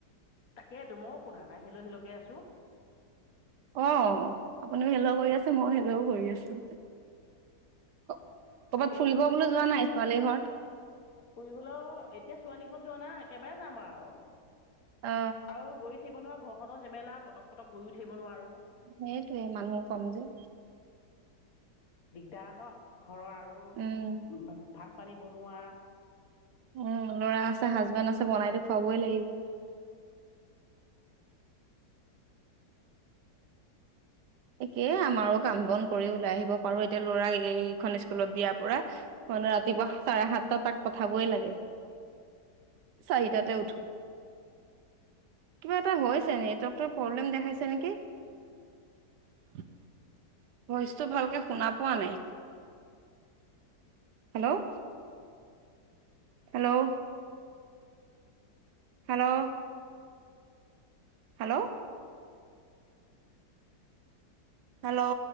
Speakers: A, on the left (about 55°); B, on the right (about 75°).
A: তাকেইতো ময়ো শুনা নাই হেল্ল হেল্ল কে আছো।
B: অ আপুনিও হেল্ল কৰি আছে মই হেল্ল কৰি আছো হে কৰবাত
A: তাকেইতো
B: ফুৰিব বোলো যোৱা নাই। ছোৱালীহত
A: ফুৰিবলৈও এতিয়া ছোৱালী ঘত যোৱা না একেবাৰে যাম আওঁ
B: অ
A: আৰু গৈ থাকিবনোৱাৰা ঘৰ খনৰ জেমেলা পটক পটক গৈ উঠাকিব নোৱাৰো
B: সেইটোৱে মানুহো কম যে
A: দিগদাৰ ন ঘৰৰ আৰু
B: উম
A: ভাত পানী বনোৱা
B: উম লৰা আছে হাজবেণ্ড। একে আমাৰো কাম বন কৰি ওলাই আহিব পাৰো এতিয়া লৰা এইখন স্কুলত দিয়াৰ পৰা মানে ৰাতিপুৱা চাৰে সাতটা তাক পঠাবই লাগে চাৰিটাতে উঠো। কিবা হৈছে নেটৱৰ্কৰ প্ৰব্লেম দেখাইছে নেকি। <unintelligible> ভইচটো ভালকে শুনা পোৱা নাই হেল্ল' হেল্ল উ হেল্ল' হেল্ল' হেল্ল'